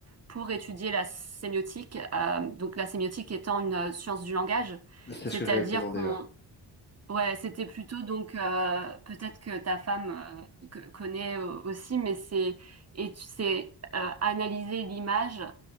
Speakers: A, on the right; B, on the left.
A: pour étudier la sémiotique. Euh, donc la sémiotique étant une euh, science du langage,
B: C'est
A: c'est-à-dire
B: ce que j'allais te demander,
A: qu'on,
B: ouais.
A: ouais, c'était plutôt donc euh, peut-être que ta femme euh, que- connaît euh, aussi, mais c'est et c'est euh, analyser l'image